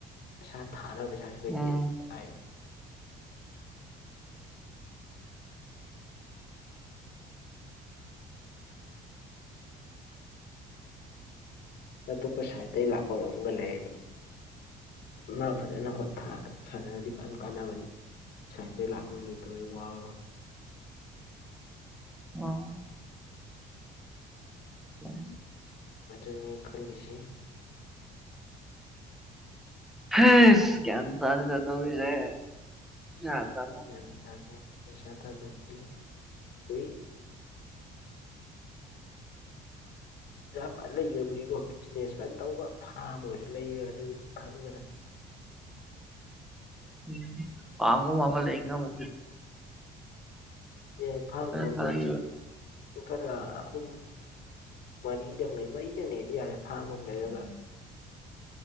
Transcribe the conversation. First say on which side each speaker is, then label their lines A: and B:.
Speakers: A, on the left; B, in the centre.
A: ꯄꯩꯁꯥ ꯊꯥꯅꯕ ꯏꯇꯥꯏ
B: ꯎꯝ
A: ꯑꯇꯣꯞꯄ ꯁꯥꯏꯗꯠꯇꯇꯩꯒꯤ ꯂꯥꯛꯄꯝꯒ ꯂꯩꯔꯗꯤ ꯃꯥ ꯐꯖꯅꯣ ꯁꯥꯟꯅꯔꯗꯤ ꯐꯖꯅ ꯀꯥꯟꯅꯕꯅꯤ ꯁꯥꯏꯠꯇꯇꯩ ꯂꯥꯛꯅꯕ ꯂꯩꯇꯕ ꯋꯥꯋꯦ
B: ꯑꯥ ꯑ
A: ꯑꯗꯨꯅꯤ ꯈꯜꯂꯤꯁꯤ
B: ꯀ ꯇꯥꯔꯦꯗ ꯇꯧꯔꯤꯁꯦ ꯄꯩꯁꯥ ꯇꯥꯟꯕ
A: ꯐꯦꯜ ꯇꯅꯦꯦ ꯄꯩꯁꯥꯇ ꯅꯝꯁꯤ ꯅꯨꯏ ꯄꯖꯥ ꯄꯥꯠ ꯂꯩꯒꯕꯨꯗꯤꯀꯣ ꯕꯤꯖꯤꯅꯦꯁ ꯀꯩꯅ ꯇꯧꯕ ꯐꯥꯝ ꯑꯣꯏꯔꯁꯨ ꯂꯩꯌꯦ ꯑꯗꯨꯏꯕꯨꯗꯤ ꯈꯪꯗꯅ
B: ꯎꯝ ꯋꯥꯥꯡꯉꯣ ꯋꯥꯥꯡꯉ ꯂꯩꯉ ꯃ
A: ꯑꯦ ꯐꯥꯜ ꯃꯗ
B: ꯊꯥꯗꯈꯤꯕ
A: ꯆ ꯀꯨꯡꯊꯂꯥ ꯑꯍꯨꯝ ꯃꯔꯤꯗꯪꯅꯦ ꯃꯔꯤꯗꯪꯅꯦꯗꯤ ꯌꯥꯔꯦ ꯐꯥꯝꯃꯝ ꯂꯩꯔꯒ